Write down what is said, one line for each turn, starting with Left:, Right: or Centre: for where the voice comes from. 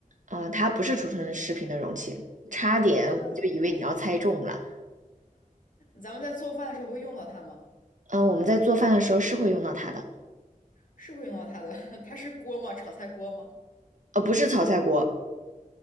Right: 呃，它不是储存食品的容器，差点我就以为你要猜中了。
Left: 那咱咱们在做饭的时候会用到它吗？
Right: 呃，我们在做饭的时候是会用到它的，
Left: 是会用到它的。<laughs> 它是锅吗？炒菜锅吗？
Right: 呃，不是炒菜锅。